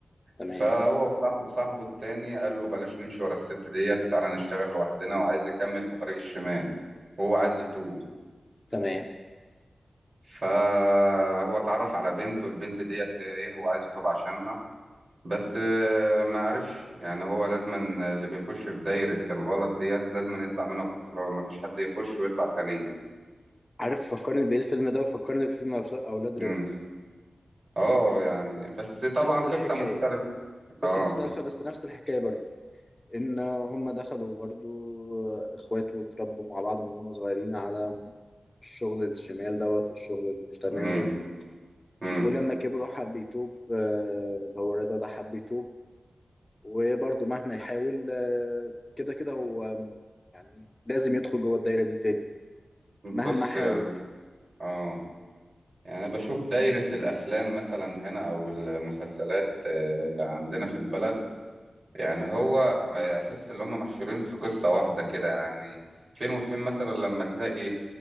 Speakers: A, on the left; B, on the right.
A: تمام
B: فهو وصاحبه صاحبه التاني قال له بلاش نمشي ورا الست ديت وتعالى نشتغل لوحدنا وعايز يكمل في طريق الشمال وهو عايز يتوب
A: تمام
B: فهو اتعرف على بنت والبنت ديت ايه هو عايز يتوب عشانها بس آه، ما عرفش يعني هو لازما اللي بيخش في دايرة الغلط ديت لازما يطلع منها خسران مفيش حد يخش ويطلع سليم
A: عارف فكرني بايه الفيلم ده وفكرني بفيلم أفلا- اولاد
B: مم.
A: رزق
B: اه يعني بس طبعا
A: نفس
B: قصة
A: الحكاية
B: مختلفة
A: قصة
B: اه
A: مختلفة بس نفس الحكاية برضو ان هم دخلوا برضو اخوات واتربوا مع بعض من هم صغيرين على الشغل الشمال دوت والشغل اللي مش تمام
B: مم.
A: ده
B: مم.
A: ولما كبروا حب يتوب آه، اللي هو رضا ده حب يتوب وبرضه مهما يحاول آه، كده كده هو يعني لازم يدخل جوه الدايرة دي تاني مهما
B: بص
A: حاول
B: يعني اه يعني أنا بشوف دايرة الأفلام مثلا هنا أو المسلسلات آه، عندنا في البلد يعني هو ما يحس إن هم محشورين في قصة واحدة كده يعني فين وفين مثلا لما تلاقي